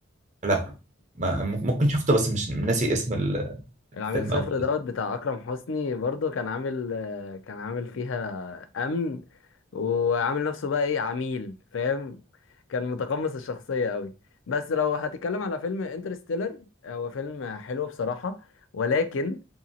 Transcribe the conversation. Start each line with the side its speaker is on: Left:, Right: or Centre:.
Right: لا ما م- ممكن شفته بس مش ناسي اسم ال-
Left: العميل
Right: الفيلم
Left: صفر
Right: أوي
Left: دوت بتاع اكرم حسني برضه كان عامل آه، كان عامل فيها امن وعامل نفسه بقى ايه عميل فاهم كان متقمص الشخصيه قوي بس لو هتتكلم على فيلم انترستيلر هو فيلم حلو بصراحه ولكن